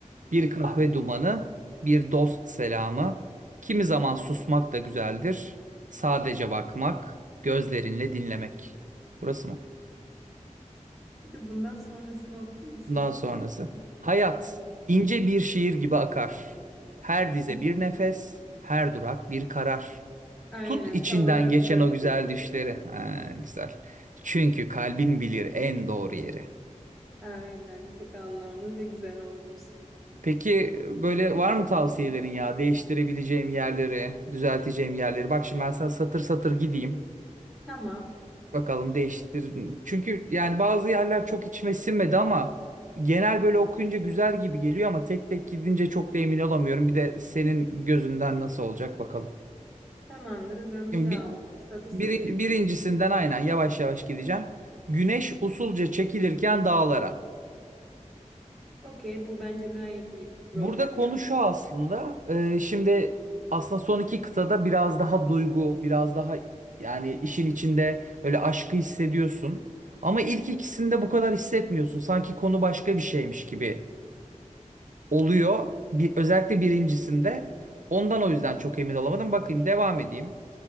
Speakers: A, on the right (about 75°); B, in the centre.
A: Bir
B: Aha.
A: kahve dumanı, bir dost selamı. Kimi zaman susmak da güzeldir. Sadece bakmak, gözlerinle dinlemek. Burası mı?
B: Bir de bundan sonrasını okur musun?
A: Bundan sonrası.
B: Hı
A: Hayat
B: hı.
A: ince bir şiir gibi akar. Her dize
B: <laughs>
A: bir nefes, her durak bir karar.
B: Aynen
A: Tut içinden
B: tam olarak
A: geçen
B: burasıydı.
A: o güzel düşleri. Ha, güzel. Çünkü kalbin bilir en doğru yeri.
B: Aynen çok anlamlı ve güzel olmuş.
A: Peki böyle var mı tavsiyelerin ya? Değiştirebileceğim yerleri, düzelteceğim yerleri. Bak şimdi ben sana satır satır gideyim.
B: Tamam.
A: Bakalım değiştir. Çünkü yani bazı yerler çok içime sinmedi ama genel böyle okuyunca güzel gibi geliyor ama tek tek gidince çok da emin olamıyorum. Bir de senin gözünden nasıl olacak bakalım.
B: Tamamdır. O zaman
A: Şimdi
B: bir daha
A: bir,
B: oku. Satır satır
A: birin-
B: gidelim.
A: birincisinden aynen yavaş yavaş gideceğim. Güneş usulca çekilirken dağlara.
B: Okey. Bu bence gayet iyi bir problem
A: Burada konu
B: yok.
A: şu aslında. e, şimdi aslında son iki kıtada biraz daha duygu, biraz daha yani işin içinde böyle aşkı hissediyorsun. Ama ilk ikisinde bu kadar hissetmiyorsun. Sanki konu başka bir şeymiş gibi oluyor. Bir, özellikle birincisinde. Ondan o yüzden çok emin olamadım. Bakayım devam edeyim.